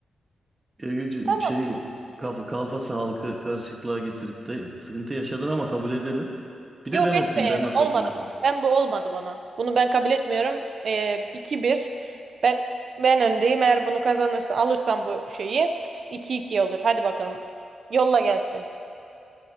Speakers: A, on the right; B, on the right.
A: E,
B: Tamam,
A: şey kaf- kalfası halkı karışıklığa getirip de sıkıntı yaşadın ama kabul edelim. Bir
B: yok
A: de ben okuyayım.
B: etmeyelim.
A: Ben nasıl
B: Olmadı
A: okulacağım?
B: bu. Ben bu olmadı bana. Bunu ben kabul etmiyorum. Ee, 2-1. Ben ben öndeyim. Eğer bunu kazanırsa alırsam bu şeyi iki iki olur. Hadi bakalım. Yolla gelsin.